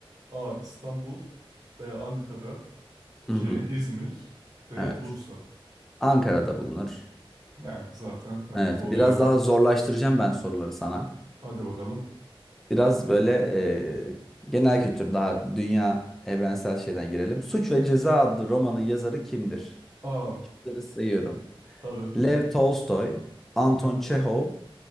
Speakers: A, on the right; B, in the centre.
A: A. İstanbul B. Ankara
B: Hı
A: C.
B: hı.
A: İzmir D.
B: Evet.
A: Bursa.
B: Ankara'da bulunur.
A: Yani zaten evet
B: Evet,
A: doğru
B: biraz
A: cevap.
B: daha zorlaştıracağım ben soruları sana.
A: Hadi bakalım.
B: Biraz böyle e, genel kültür, daha dünya evrensel şeyden girelim. Suç ve Ceza adlı romanın yazarı kimdir?
A: A.
B: Şıkları sayıyorum.
A: Tabii.
B: Lev Tolstoy, Anton
A: Hı hı, hı
B: Çehov,